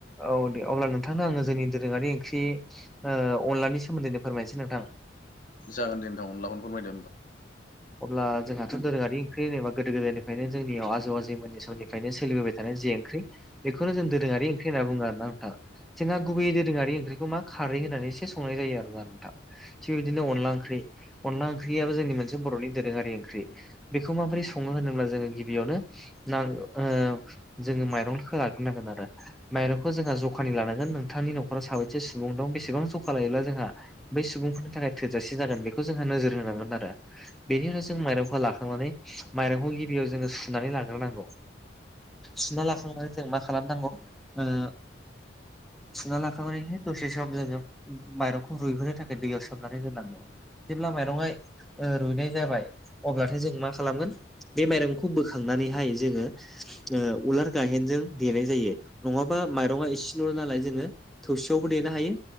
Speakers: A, in the centre; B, on the left.
A: औ दे अब्ला नोंथांनो आङो जोंनि दोरोङारि ओंख्रि ओ अनलानि सोमोन्दैनो फोरमायनोसै नोंथां।
B: जागोन
A: औ
B: दे नोंथां अनलाखौनो फोरमायद होमबा
A: अब्ला जोंहाथ' दोरोङारि ओंख्रि होनबा गोदो गोदायनिफ्रायनो जोंनियाव आजौ आ जै मोननि समनिफ्रायनो सोलिबोबाय थानाय जे ओंख्रि बेखौ जों दोरोङारि ओंख्रि होनना बुङो आर ना नोंथां जोंहा गुबै दोरोङारि ओंख्रिखौ मा खारै होननानै एसे संनाय जायो आरोना नोंथां। थिग बिदिनो अनला ओंख्रि, अनला ओंख्रियाबो जोंनि मोनसे बर'नि दोरोङारि ओंख्रि बेखौ माबोरै सङो होनोब्ला जोङो गिबियावनो नां ओ जोङो माइरं खो नागोन आरो माइरंखौ जोंहा जखानि लानांगोन नोंथांनि न'खराव साबैसे सुबुं दं बेसेबां जखा लायोब्ला जोंहा बै सुबुंफोरनि थाखाय थोजासे जागोन बेखौ जों नोजोर होनांगोन आरो। बेनि उनाव जों माइरंखौ लाखांनानै माइरंखौ गिबियाव जोङो सुनानै लाग्रोनांगौ। सुना लाखांनानै जों मा खालामनांगौ ओ सुना लाखांनायनि दसे सम जोङो माइरंखौ रुइहोनो थाखाय दैयाव सोमनानै दोननांगौ। जेब्ला माइरंआ रुइनाय जाबाय अब्लाथाय जों मा खालामगोन बे माइरंखौ बोखांनानैहाय जोङो ओ उलार गायेनजों देनाय जायो नङाबा माइरङा इसेल'ल' नालाय जोङो थौसियावबो देनो हायो